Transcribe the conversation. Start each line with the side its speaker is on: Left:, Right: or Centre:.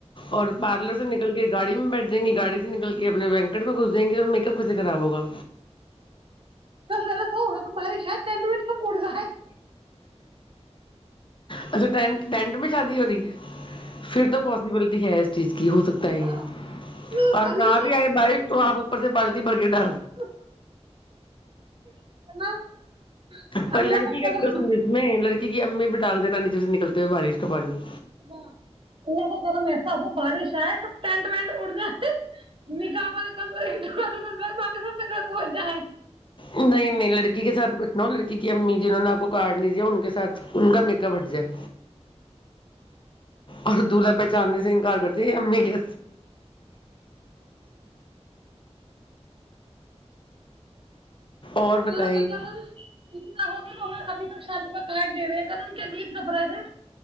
Left: اور پارلر سے نکل کے گاڑی میں بیٹھ جیں گی گاڑی سے نکل کے اپنے وینکٹ میں گھس جیں گے تو میک اپپ کیس خراب ہوا
Right: ا س گ ب شاید اڑنا ہے
Left: اچھا ٹٹ ٹینٹ میں شادی ہو رہی ہے پھر تو پوسیبلٹی ہے چیز کی ہو سکتا ہے یہ
Right: ہاں
Left: اور
Right: اللہ
Left: نہ
Right: کا
Left: بھی آئے بائک تو آپ سے بالک مرکیٹا
Right: کرنا <unintelligible>
Left: پر
Right: اللہ
Left: لڑکی کا
Right: کرم
Left: کس اس میں لڑکی کی امی بڑی ڈال د نانی چے نکلتے ہوئے بارش کا پانی
Right: ہ الس کرا میںس بارش ہے ینٹ وینٹ اڑ ج ہے م گا م ب د بق سب میں گھر پہچ جا ہے
Left: نہیں نہیں لڑکی کے ساتھ کچھ نہ ہو لڑکی کی امی جنوں نے آپ کو کاڈ نہیں دیا ان کے ساتھ ان کا میک ہٹ جائے اور دولہا پہچاننے سے انکار کرتی امی کے اور بتائیں
Right: اللہ کہ اتنا ہوگی وہ ابھی تک شادی کاٹ دے رہے ن ان کیا نید کپ رہے تھے